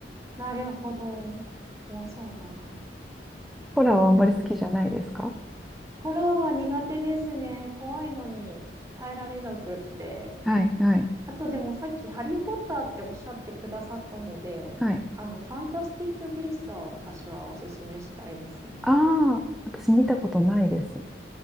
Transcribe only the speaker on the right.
なるほど。怖そうだな。
そうなんですね。ホラーは苦手ですね。怖いのに耐えられなくって。
あとでもさっきハリー・ポッターっておっしゃってくださったので、
あの、ファンタスティック・ビーストは私はおすすめしたいですね。